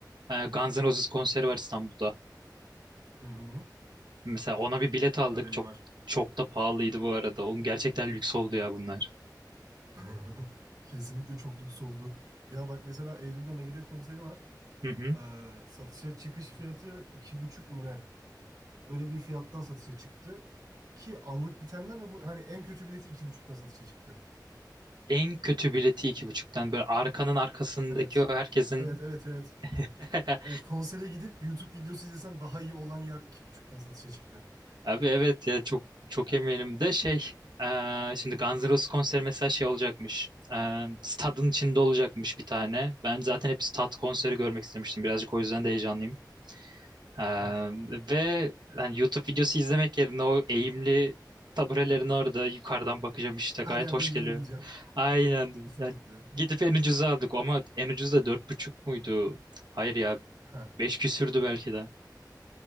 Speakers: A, on the right; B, on the right.
A: E, Guns N' Roses konseri var İstanbul'da.
B: Hı hı.
A: Mesela ona bir bilet aldık.
B: Haberim
A: Çok
B: var.
A: çok da pahalıydı bu arada. Oğlum gerçekten lüks oldu ya bunlar.
B: <laughs> Kesinlikle çok lüks oldu. Ya bak mesela Eylül'de Megadeth konseri var.
A: Hı hı.
B: Ee, satışa çıkış fiyatı iki buçuk mu ne? Öyle bir fiyattan satışa çıktı. Ki anlık bitenler ve bu hani en kötü bileti iki buçuktan satışa çıktı.
A: En kötü bileti iki buçuktan böyle arkanın arkasındaki
B: Evet.
A: o herkesin
B: Evet evet
A: <laughs>
B: evet. Evet konsere gidip YouTube videosu izlesen daha iyi olan yer iki buçuktan satışa çıktı.
A: abi evet ya çok çok eminim de şey eee, şimdi Guns N' Roses konseri mesela şey olacakmış Eee, stadın içinde olacakmış bir tane ben zaten hep stad konseri görmek istemiştim birazcık o yüzden de heyecanlıyım Ee,
B: Heh.
A: ve yani YouTube videosu izlemek yerine o eğimli taburelerin orada yukarıdan bakacağım işte
B: Her
A: gayet
B: yerden
A: hoş geliyor.
B: görebileceğim.
A: Aynen.
B: <laughs> Kesinlikle.
A: Yani gidip en ucuza aldık ama en ucuz da dört buçuk muydu? Hayır ya
B: Heh,
A: beş küsürdü belki de.